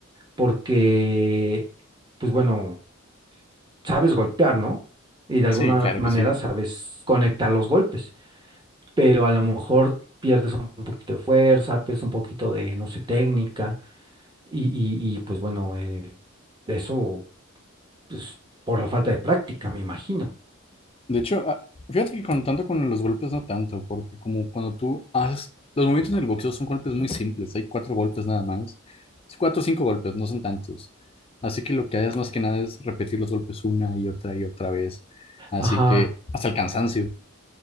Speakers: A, on the right; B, on the left.
A: porque, pues bueno, sabes golpear, ¿no? Y de alguna
B: Sí, claro
A: manera
B: que sí.
A: sabes conectar los golpes. Pero a lo mejor un poquito de fuerza, pues un poquito de, no sé, técnica. Y, y, y, pues bueno, eh, eso, pues por la falta de práctica, me imagino.
B: De hecho, ah, fíjate que con tanto con los golpes no tanto, porque como cuando tú haces, los movimientos en el boxeo son golpes muy simples, hay cuatro golpes nada más. Es Cuatro o cinco golpes, no son tantos. Así que lo que haces más que nada es repetir los golpes una y otra y otra vez. Así
A: Ajá,
B: que hasta el cansancio.